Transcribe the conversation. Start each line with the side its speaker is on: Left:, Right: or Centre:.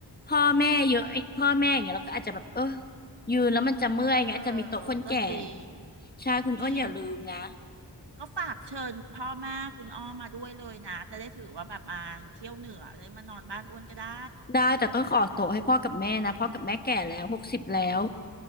Left: พ่อแม่เยอะไอ้พ่อแม่อย่างเงี้ยเราก็อาจจะแบบเออยืนแล้วมันจะเมื่อยไงอาจจะมีโต๊ะคนแก่
Right: เออเออก็จริง
Left: ใช่คุณอ้วนอย่าลืมนะ
Right: ก็จริงก็ฝากเชิญพ่อแม่คุณอ้อมาด้วยเลยนะจะได้ถือว่าแบบมาเที่ยวเหนือจะได้มานอนบ้านอ้วนก็ได้
Left: ได้แต่ต้องขอโต๊ะให้พ่อกับแม่นะพ่อกับแม่แก่แล้วหกสิบแล้ว